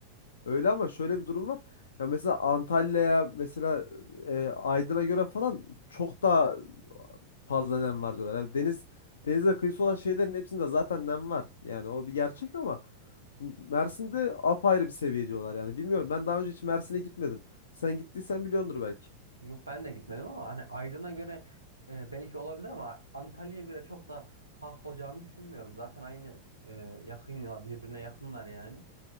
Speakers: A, on the left (about 65°); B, on the left (about 80°).
A: Öyle ama şöyle bir durum var. Ya mesela Antalya'ya mesela e, Aydın'a göre falan çok daha fazla nem var diyorlar. Yani deniz denize kıyısı olan şeylerin hepsinde zaten nem var. Yani o bir gerçek ama M- Mersin'de apayrı bir seviye diyorlar yani. Bilmiyorum ben daha önce hiç Mersin'e gitmedim. Sen gittiysen biliyordur belki.
B: Yok ben de gitmedim ama hani Aydın'a göre e, belki olabilir ama Antalya'ya göre çok da fark olacağını düşünmüyorum. Zaten aynı e, yakın birbirine yakınlar yani.